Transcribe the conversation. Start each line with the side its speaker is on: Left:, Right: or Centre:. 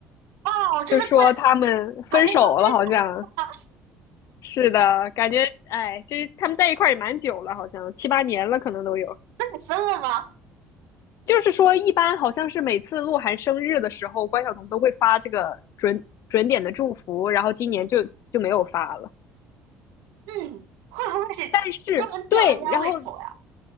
Right: 哦，这是看
Left: 就说他们分手了，
Right: 团那个分手，
Left: 好像是的，感觉哎，就是他们在一块儿也蛮久了，好像七八年了，可能都有。
Right: 那你分了吗？
Left: 就是说，一般好像是每次鹿晗生日的时候，关晓彤都会发这个准准点的祝福，然后今年就就没有发了。
Right: 嗯，会不会是专门吊大家胃口呀？
Left: 是对，然后